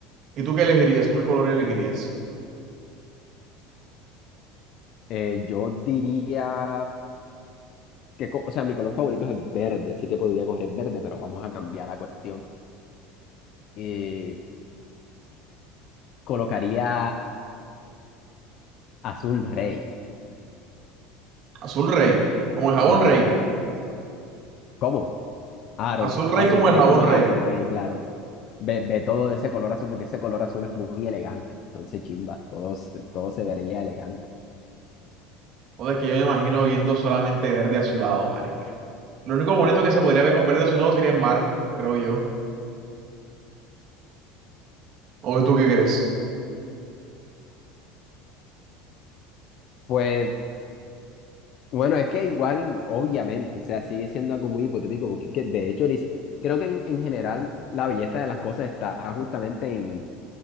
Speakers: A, on the right (about 55°); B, on the left (about 55°).
A: ¿Y tú qué elegirías? ¿Tú qué color elegirías?
B: Eh, yo diría que, co- o sea, mi color favorito es el verde, así que podría coger el verde, pero vamos a cambiar la cuestión. Eh, colocaría azul rey.
A: Azul rey, como el jabón
B: Sí, claro.
A: rey.
B: ¿Cómo? Aro,
A: Azul rey
B: azul
A: como
B: rey
A: el jabón
B: como jabón
A: rey.
B: rey, claro. Ve, ve todo de ese color azul porque ese color azul es muy elegante. Entonces, chimba, todo, se- todo se vería elegante.
A: O sea, que yo me imagino viendo solamente verde azulado, marica. Lo único bonito que se podría ver con verde azulado sería el mar, creo yo. ¿O tú qué crees?
B: Pues, bueno, es que igual, obviamente, o sea, sigue siendo algo muy hipotético porque es que, de hecho, ni si- creo que en, en general la belleza de las cosas está justamente en